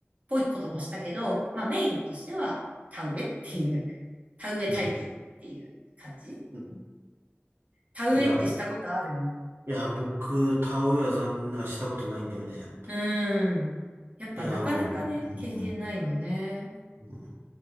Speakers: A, on the right; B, on the right.
A: ぽいこともしたけど、まあメインとしては田植えっていう、田植え体験っていう感じ。
B: うん。うん
A: 田植えってしたことある
B: いや、いや、僕、田植えは残念ながらしたことないんだよね。
A: うーん。やっぱなかなかね、
B: いや、あの、うん、
A: 経験ないもんね。
B: うん。